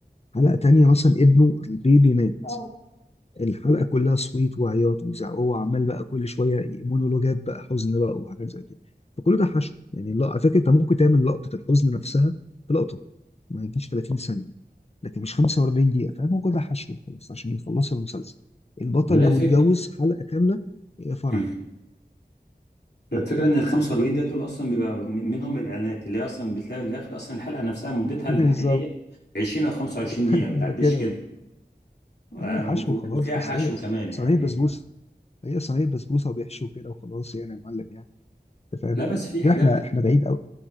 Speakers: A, on the left; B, on the left.
A: حلقه تانيه مثلا ابنه البيبي مات
B: اه
A: الحلقه كلها صويت وعياط وزعق هو عمال بقى كل شويه مونولوجات بقى حزن بقى وحاجات زي كده فكل ده حشو يعني لا على فكره انت ممكن تعمل لقطه الحزن نفسها في لقطه ما يجيش 30 ثانيه لكن مش 45 دقيقه فاهم هو كل ده حشو خلاص عشان يخلص المسلسل البطل
B: هي
A: لو
B: الفكرة
A: اتجوز حلقه كامله إيه فرح
B: مم. الفكرة ان ال 45 دقيقة دول اصلا بيبقى م- منهم الاعلانات اللي هي اصلا بتلاقي في الاخر اصلا الحلقة نفسها مدتها
A: <laughs>
B: الحقيقية
A: بالظبط
B: 20 او 25
A: <laughs>
B: دقيقة ما
A: يبقى
B: تعديش
A: كده
B: كده آه،
A: اي حشو
B: و-
A: خلاص
B: وفيها
A: بس
B: حشو
A: هي
B: كمان
A: صينيه
B: يعني
A: بسبوسه هي صينيه بسبوسه وبيحشو كده وخلاص يعني يا معلم يعني انت فاهم
B: لا بس في
A: مش كده
B: حاجات
A: احنا احنا بعيد قوي